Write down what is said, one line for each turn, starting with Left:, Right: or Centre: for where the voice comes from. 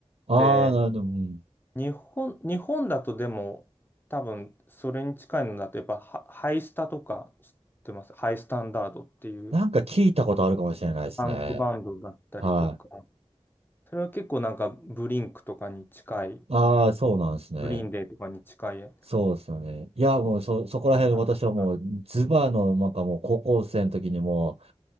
Right: ああ、
Left: て、
Right: なるほど。うん
Left: 日本、日本だとでも、多分それに近いのだと、やっぱハ、ハイスタとか知ってます。ハイスタンダードっていう
Right: なんか聞いたことあるかもしれないですね。
Left: パンクバンドだったりとか、
Right: はい。
Left: それは結構なんかブリンクとかに近い、
Right: ああ、そうなんですね。
Left: グリーンデーとかに近い
Right: そうですよね。いや、もうそ、そこら辺私はもう、
Left: な、な
Right: ズバーの、なんかもう高校生の時にもう、